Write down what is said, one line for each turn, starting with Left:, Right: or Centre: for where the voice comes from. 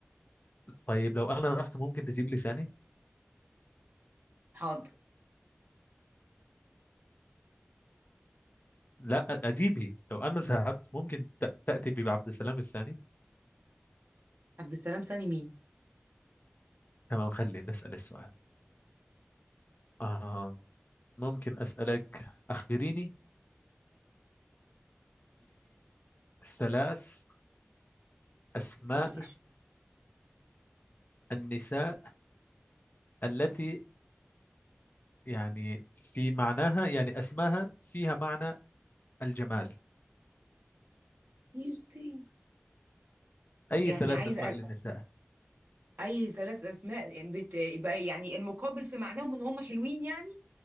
Left: طيب لو أنا رحت ممكن تجيب لي ثاني
Right: حاضر
Left: لا أجيبه لو أنا ذهبت ممكن تأ- تأتي بعبد السلام الثاني
Right: عبد السلام سامي مين
Left: تمام خلينا نسأل السؤال آه ممكن أسألك أخبريني بثلاث أسماء
Right: بيلش
Left: النساء التي يعني في معناها يعني أسماها فيها معنى الجمال
Right: يختي
Left: أي
Right: يعني
Left: ثلاث
Right: عايزة
Left: أسماء للنساء
Right: اي ثلاث اسماء يعني بت... يبقى يعني المقابل في معناهم ان هم حلوين يعني